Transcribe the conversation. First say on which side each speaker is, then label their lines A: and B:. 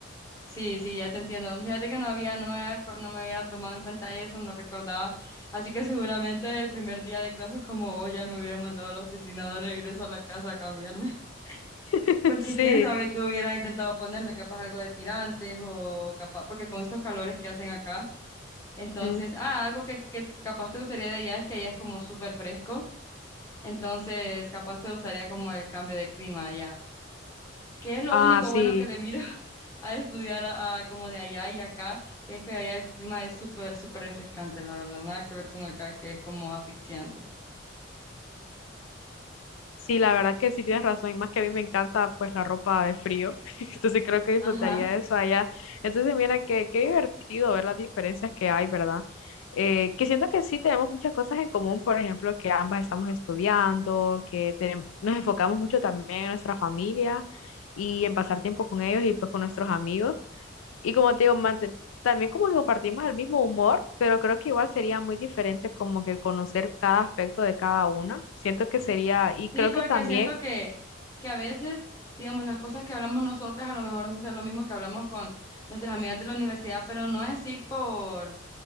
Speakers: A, on the left (about 15°); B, on the left (about 80°).
A: Sí, sí, ya te entiendo. Fíjate que no había, no me había, acor- no me había tomado en cuenta eso, no recordaba. Así que seguramente el primer día de clases como vos ya me hubiera mandado a la oficina de regreso a la casa a cambiarme. <laughs>
B: <laughs>
A: Porque
B: Sí.
A: quién sabe qué hubiera intentado ponerme, capaz algo de tirantes o capaz, porque con estos calores que hacen acá, entonces,
B: Mm.
A: ah, algo que, que capaz te gustaría de allá es que allá es como súper fresco, entonces capaz te gustaría como el cambio de clima allá que es lo
B: Ah,
A: único
B: sí.
A: bueno que le miro <laughs> a estudiar a, a como de allá y acá, que es que allá el clima es súper, súper refrescante, la verdad, nada que ver con acá, que es como asfixiante.
B: Sí, la verdad que sí tienes razón, y más que a mí me encanta pues la ropa de frío, <laughs> entonces creo que disfrutaría
A: Ajá,
B: de eso allá. Entonces mira qué qué divertido ver las diferencias que hay, ¿verdad? Eh, que siento que sí tenemos muchas cosas en común, por ejemplo, que ambas estamos estudiando, que tenem- nos enfocamos mucho también en nuestra familia y en pasar tiempo con ellos y pues con nuestros amigos. Y como te digo, mante- también como que compartimos el mismo humor, pero creo que igual sería muy diferente como que conocer cada aspecto de cada una. Siento que sería, y
A: sí,
B: creo
A: porque
B: que también,
A: siento que, que a veces, digamos, las cosas que hablamos nosotras a lo mejor no son lo mismo que hablamos con nuestras amigas de la universidad, pero no en sí por,